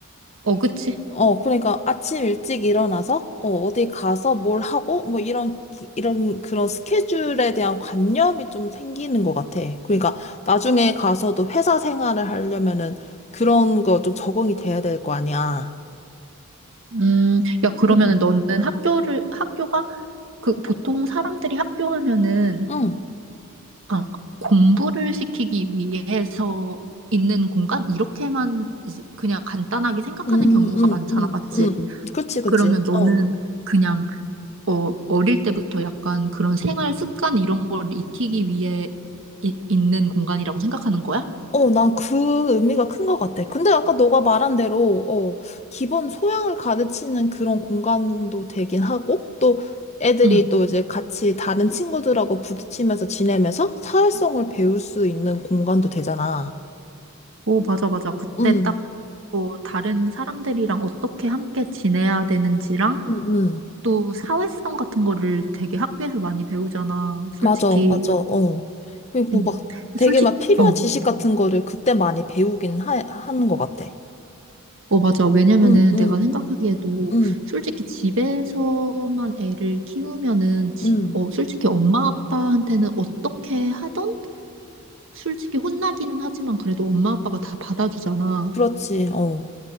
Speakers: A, on the right; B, on the left.
A: 어, 그치?
B: 어, 그러니까 아침 일찍 일어나서, 어, 어디 가서 뭘 하고, 뭐 이런, 기- 이런 그런 스케줄에 대한 관념이 좀 생기는 것 같아. 그러니까 나중에 가서도 회사 생활을 하려면은 그런 거 좀 적응이 돼야 될 거 아니야.
A: 음, 야, 그러면은
B: 응,
A: 너는 학교를, 학교가, 그, 보통 사람들이 학교 하면은,
B: 응,
A: 그냥 공부를 시키기 위해서 있는 공간? 이렇게만 이제 그냥 간단하게 생각하는
B: 응,
A: 경우가
B: 응,
A: 많잖아,
B: 응,
A: 맞지?
B: 응. 그치, 그치.
A: 그러면 너는
B: 어.
A: 그냥 어, 어릴 때부터 약간 그런 생활 습관 이런 걸 익히기 위해 이- 있는 공간이라고 생각하는 거야?
B: 어, 난 그 의미가 큰 것 같아. 근데 아까 너가 말한 대로, 어, 기본 소양을 가르치는 그런 공간도 되긴 하고, 또 애들이
A: 응.
B: 또 이제 같이 다른 친구들하고 부딪히면서 지내면서 사회성을 배울 수 있는 공간도 되잖아.
A: 오, 맞아, 맞아. 그때
B: 응,
A: 딱, 어, 다른 사람들이랑 어떻게 함께 지내야 되는지랑
B: 응, 응.
A: 또 사회성 같은 거를 되게 학교에서 많이 배우잖아, 솔직히.
B: 맞아, 맞아, 어. 그리고
A: 응.
B: 막 되게
A: 솔직히,
B: 막 필요한
A: 어,
B: 지식 같은 거를 그때 많이 배우긴 하, 하는 것 같아.
A: 어, 맞아. 왜냐면은
B: 응, 응,
A: 내가 생각하기에도
B: 응,
A: 솔직히 집에서만 애를 키우면은, 지,
B: 응.
A: 어, 솔직히 엄마 아빠한테는 어떻게 하던 솔직히 혼나기는 하지만 그래도 엄마 아빠가 다 받아주잖아.
B: 그렇지, 어.